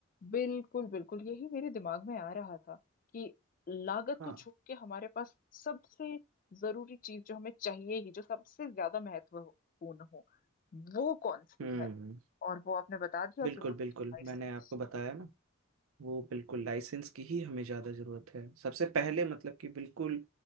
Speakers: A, on the left; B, on the right.
A: बिल्कुल बिल्कुल यही मेरे दिमाग में आ रहा था कि लागत
B: हाँ
A: को छोड़ के हमारे पास सबसे जरूरी चीज जो हमें चाहिए ही जो सबसे ज्यादा महत्वपूर्ण हो वो कौन सी
B: हम्म
A: है और वो आपने बता दिया
B: बिल्कुल
A: कि वो लाइसेंस
B: बिल्कुल मैंने आपको बताया
A: है
B: ना वो बिल्कुल लाइसेंस की ही हमें ज़्यादा ज़रूरत है सबसे पहले मतलब कि बिल्कुल